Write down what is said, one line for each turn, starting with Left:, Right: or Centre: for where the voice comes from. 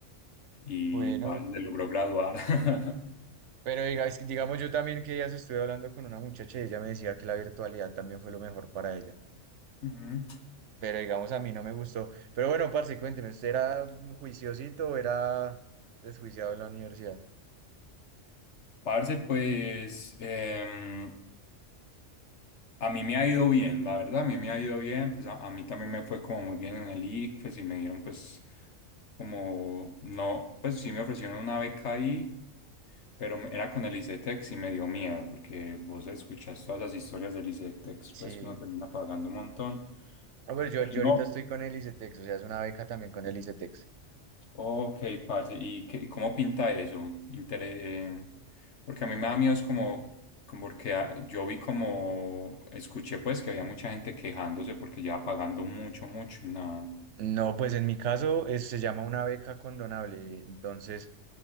Left: Y
Right: Bueno,
Left: parce, se logró graduar. <laughs>
Right: pero diga- es que, digamos, yo también que días estuve hablando con una muchacha y ella me decía que la virtualidad también fue lo mejor para ella.
Left: Ujú.
Right: Pero digamos, a mí no me gustó. Pero bueno, parce, cuénteme, ¿usted era juiciosito o era desjuiciado en la universidad?
Left: Parce, pues... em, A mí me ha ido bien, la verdad, a mí me ha ido bien, pues a, a mí también me fue como muy bien en el ICFES y me dieron pues como, no, pues sí me ofrecieron una beca ahí, pero me- era con el ICETEX y me dio miedo porque vos escuchás todas las historias del ICETEX,
Right: Sí.
Left: pues que uno termina pagando un montón,
Right: A ver, yo,
Left: pero
Right: yo
Left: no.
Right: ahorita estoy con el ICETEX, o sea, es una beca también con el ICETEX.
Left: Ok, parce, ¿y qué- y cómo pinta eso? Intere- eh, porque a mí me da miedo, es como, como porque ah, yo vi como, escuché pues que había mucha gente quejándose porque ya pagando mucho, mucho y nada.
Right: No, pues en mi caso es- se llama una beca condonable. Entonces,